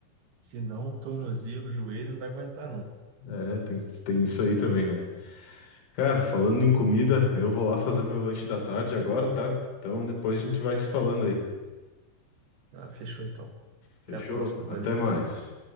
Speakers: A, on the right (about 60°); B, on the left (about 85°).
A: Senão, o tornozelo, o joelho não vai aguentar, não.
B: É, tem, tem isso aí também, né? Cara, falando em comida, eu vou lá fazer o meu lanche da tarde agora, tá? Então depois a gente vai se falando aí.
A: Ah, fechou então.
B: Fechou?
A: Até a próxima. Valeu.
B: Até mais.